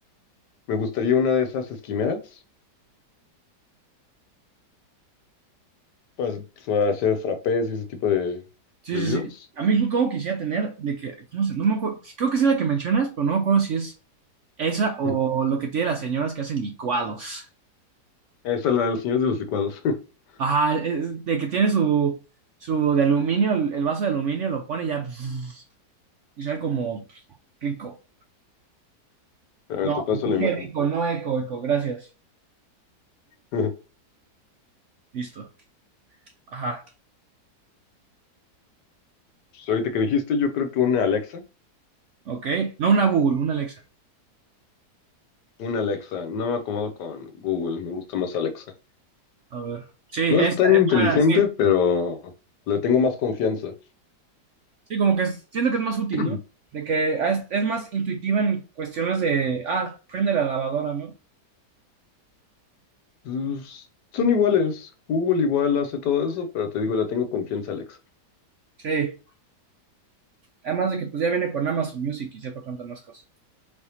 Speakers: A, on the left (about 75°); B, on the right (about 65°).
A: Me gustaría una de esas esquimeras pues, para hacer frappés y ese tipo de
B: Sí,
A: bebidas.
B: sí, sí. A mí como quisiera tener de que, ¿cómo se- No me acuerdo, creo que es la que mencionas, pero no me acuerdo si es esa
A: <clears throat>
B: o
A: Mm.
B: lo que tiene las señoras que hacen licuados.
A: Esa es la de los señores de los licuados. <laughs>
B: Ajá, es- de que tiene su, su de aluminio, el, el vaso de aluminio, lo pone y ya <laughs> y sabe como rico.
A: Espérame,
B: No,
A: Te paso
B: dije
A: la imagen.
B: rico, no eco, eco, gracias.
A: <laughs>
B: Listo. Ajá,
A: Pues, ahorita que dijiste, yo creo que una Alexa.
B: ok. No una Google, una Alexa.
A: Una Alexa. No me acomodo con Google. Me gusta más Alexa.
B: A ver. Sí, esa,
A: No es tan inteligente,
B: esa, sí,
A: pero le tengo más confianza.
B: Sí, como que es- siento que es más útil,
A: <clears throat>
B: ¿no? De que ah, es, es más intuitiva en cuestiones de, ah, prende la lavadora, ¿no?
A: Pues, son iguales. Google igual hace todo eso, pero te digo, le tengo confianza a Alexa.
B: Sí. Además de que pues ya viene con Amazon Music y sepa cuántas más cosas.